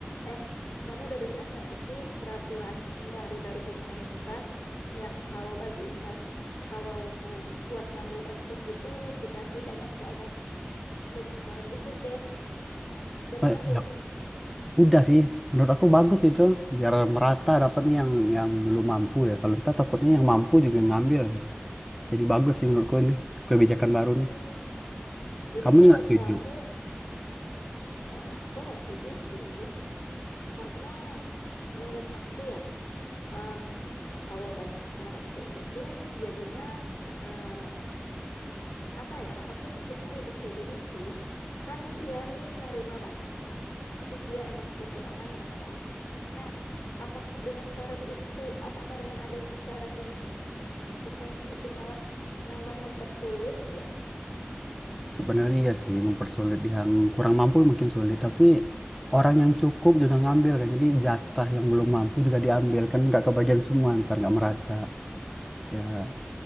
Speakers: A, on the left; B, in the centre.
A: Eh, kamu udah dengar nggak sih peraturan baru dari pemerintah yang kalau bagiin bansos, kalau buat ngambil bansos gitu dikasih banyak syarat, banyak syarat gitu deh. Udah
B: Eh,
A: dengar
B: ya
A: belum?
B: udah sih, menurut aku bagus itu biar merata dapatnya yang yang belum mampu ya. Kalau kita takutnya yang mampu juga ngambil kan. Jadi bagus sih menurutku ini kebijakan
A: Hmm,
B: baru nih.
A: Jadi
B: Kamu
A: menurut
B: nih nggak setuju?
A: kamu, eh, aku nggak setuju sih, karena menurut aku ya, em, kalau banyak syarat kayak gitu, jadinya eh, apa ya aku mikirnya lebih kayak gini sih kan dia nih nerima bansos otomatis dia emang kekurangan dong ya nah apakah dengan syarat itu apakah dengan adanya syarat ini mm, bukannya itu malah nambah mempersulit ya
B: Sebenarnya iya sih mempersulit yang kurang mampu makin sulit. Tapi orang yang cukup juga ngambil kan. Jadi jatah yang belum mampu juga diambil kan nggak kebagian semua ntar nggak merata. Ya